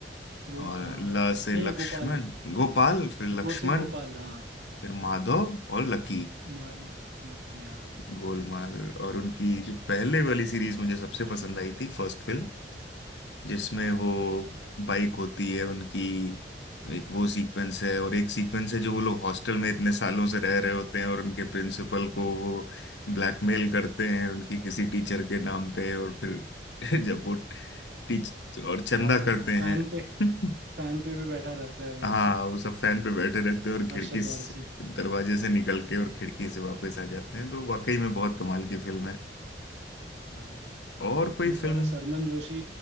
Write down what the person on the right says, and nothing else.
गो
हाँ
नहीं
नहीं गोपाल
गो से गोपाल हाँ
माधव लक्की हाँ
हाँ
हाँ
फैन
पे
फैन पे भी बैठा रहता है वो
अरशद
वारसी
हाँ
बेचारा
सरमन जोशी